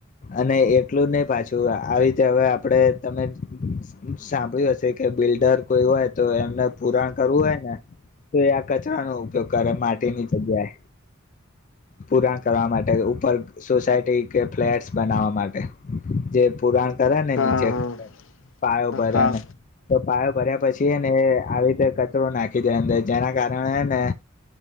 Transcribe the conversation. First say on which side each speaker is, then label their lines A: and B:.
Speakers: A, on the left; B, on the left.
A: અને એટલું નહી પાછું આવી રીતે હવે આપડે તમે સાંભળ્યું હશે કે બિલ્ડર કોઈ હોય તો એમને પુરાણ કરવું હોય ને તો આ કચરાનો ઉપયોગ કરે માટીની જગ્યાએ પુરાણ કરવા માટે ઉપર સોસાયટી કે ફ્લેટસ બનાવવા માટે જે પુરાણ કરે ને
B: હા
A: નીચે પાાયો
B: હા
A: બર
B: હા
A: નને તો પાાયો ભર્યા પછીને આવી રીતે કચરો નાખી દે અંદર જેના કારણેને